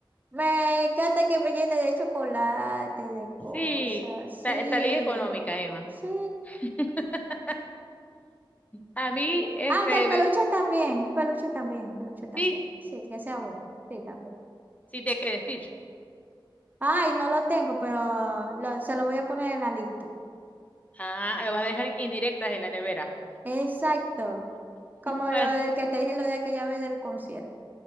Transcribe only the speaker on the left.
Sí,
sa- salí económica, Emma.
<laughs> A mí, este,
ve-
sí,
sí te quedes, Stitch.
Ah, lo vas a dejar indirectas en la nevera.
¿Para
qué?